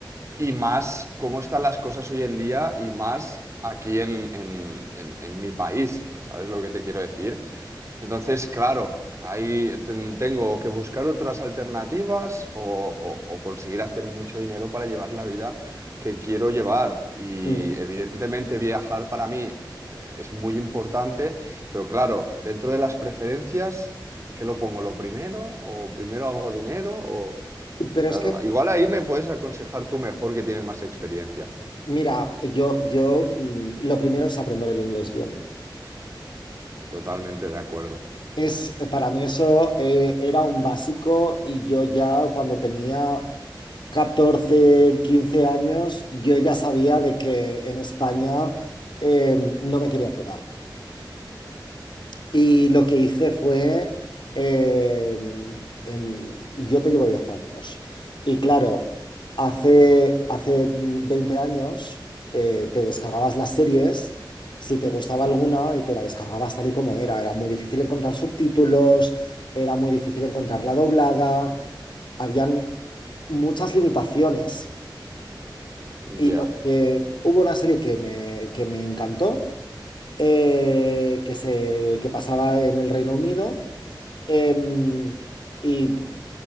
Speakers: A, on the right; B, on the left.
A: y más cómo están las cosas hoy en día y más aquí en, en, en, en mi país. ¿Sabes lo que te quiero decir? Entonces, claro, ahí ten- tengo que buscar otras alternativas o, o- o conseguir hacer mucho dinero para llevar la vida que quiero llevar. Y
B: Mm.
A: evidentemente viajar para mí eh, es muy importante, pero claro, dentro de las preferencias, ¿qué lo pongo? ¿Lo primero? ¿O primero hago dinero? O
B: Pero
A: claro,
B: es que,
A: igual ahí me puedes aconsejar tú mejor que tienes más experiencia.
B: mira, yo, yo, mm, lo primero es aprender el inglés bien.
A: Totalmente de acuerdo.
B: Es, eh, para mí eso eh, era un básico y yo ya cuando tenía 14 15 años, yo ya sabía de que en España eh, no me quería quedar. Y lo que hice fue, eh, en- yo te llevo 10 años. Y claro, hace, hace 20 años eh, te descargabas las series, si te gustaba alguna, y te la descargabas tal y como era. Era muy difícil encontrar subtítulos, era muy difícil encontrarla doblada, habían muchas limitaciones. Y
A: Ya,
B: lo que hubo una serie que me, que me encantó eh, que se, que pasaba en el Reino Unido Em, y